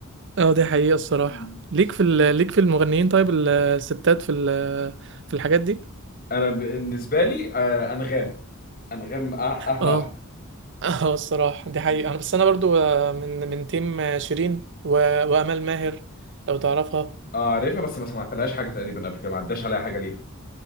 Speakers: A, on the right (about 55°); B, on the left (about 45°).
A: اه دي حقيقة الصراحة
B: مم.
A: ليك في ال- ليك في المغنيين طيب ال- الستات في ال- في الحاجات دي
B: انا بالنسبه لي آه انغام انغام أح- احلى
A: اه
B: واحده
A: <laughs> اه الصراحة دي حقيقة
B: مم.
A: أنا- بس انا برضو آه، من من تيم آه، شيرين و- وامال ماهر لو تعرفها
B: اه عارفها بس ما سمعتلهاش حاجه تقريبا قبل كده ما عداش عليها حاجه ليها